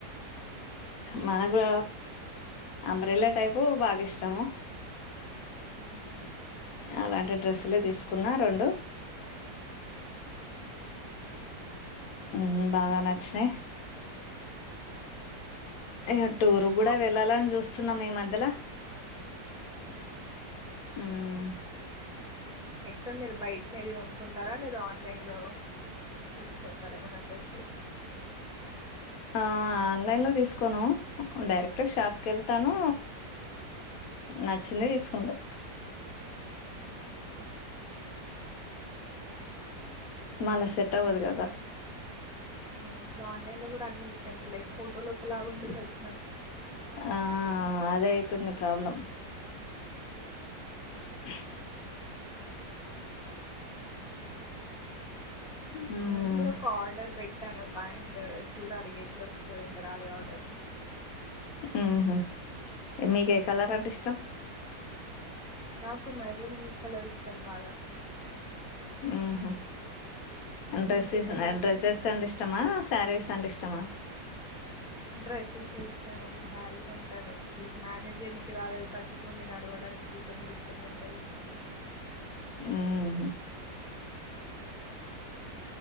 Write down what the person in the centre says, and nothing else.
అవునా
ఓకే
ఆ-
అవునా
ఎక్కుడ మీరు బయటనే అది కొనుకుంటారా లేదా ఆన్లైన్ లో తీసుకుంటార ఏమైనా డ్రస్సెస్
మ్మ్ ఓకే
ఇప్పుడు ఆన్లైన్ లో కూడా అన్నింటే లైక్ ఫోటోలో ఒకలాగా ఉంటుంది వచ్చిన
నేను కూడా ఒక ఆర్డర్ పెడ్ పెట్టాను పాయింట్ చూడాలి ఎట్లా వస్తది ఇంక రాలే ఆర్డర్
నాకు మెరూన్ కలర్ ఇష్టం బాగా
మీకు
ఏ కలర్ ఇష్టం
డ్రెస్సెస్ ఇష్టం అండి శారీస్ అంటే లైక్ మేనేజ్ చేయనికి రాదు కట్టుకొని నడవడానికి కొద్దిగా ఇబ్బంది ఉంటాది